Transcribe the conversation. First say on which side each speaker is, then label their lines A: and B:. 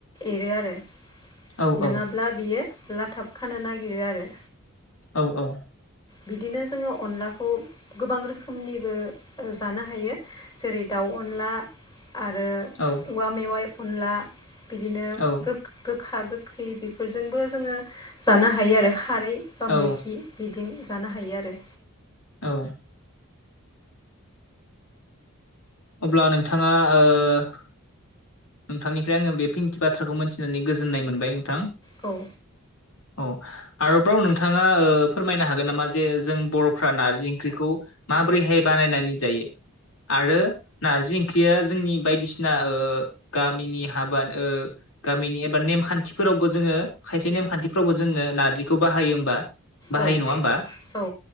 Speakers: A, on the left (about 20°); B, on the left (about 70°).
A: एरो आरो
B: औ औ
A: नोङाब्ला बियो लाथाब खानो नागिरो आरो
B: औ औ
A: बिदिनो जोङो अनलाखौ गोबां रोखोमनिबो ओ जानो हायो जेरै दाउ अनला आरो
B: औ
A: औवा मेवाइ अनला बिदिनो
B: औ
A: गो गोखा गोखै बेफोरजोंबो जोङो जानो हायो आरो खारै बा
B: औ
A: मैखि बिद जानो हायो आरो
B: औ अब्ला नोंथाङा ओ नोंथांनिफ्राय आङो बे खिनि बा थ्राखौ मोनथिनानै गोजोननाय मोनबाय नोंथां
A: औ
B: औ आरोबाव नोंथाङा ओ फोरमायनो हागोन नामा जे जों बर'फ्रा नारजि ओंख्रिखौ माबोरैहाय बानायनानै जायो आरो नारजि ओंख्रिया जोंनि बायदिसिना ओ गामिनि हाबा ओ गामिनि एबा नेमखान्थिफोरावबो जोङो खायसे नेमखान्थिफ्रावबो जोङो नारजि खौ बाहायो होमबा बाहायो
A: औ
B: नङा होमबा।
A: औ